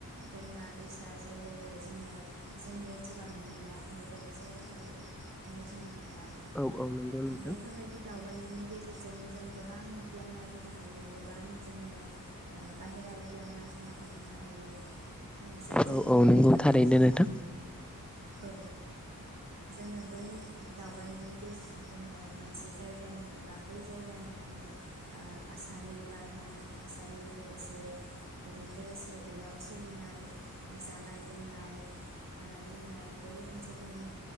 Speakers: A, on the right; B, in the centre.
A: दैमा दैसा जाय जायगायाव जोङो जोंनि ओनसोलाव नुनो मोना। बेफोरबायदि जायगाफोराव नायथिंनो थांबाय
B: औ औ नंगौ नोंथां
A: बेफोरबायदि दाव बायनायनि गेजेरजों जों गोबां गियान आरजिनो हायो। गोबां जोङो ओ बाहेरा गियान आरजिना बुथुमनो हायो। जोङो जाय जायगायाव
B: औ औ नंगौ
A: थांनानै
B: थारैनो
A: जों
B: नोंथां।
A: औ जोङो बै नि दावबायनायनि गेजेरजों जोङो मोनसे जायगानि एबा बै जायगानि जोङो ओ थासारि बारहावानि थासारि लोगोसे बेजों लोगोसे बेयाव सोलिनाय जानाय लोंनाय जानाय लोंनाय बै ओन सोलनि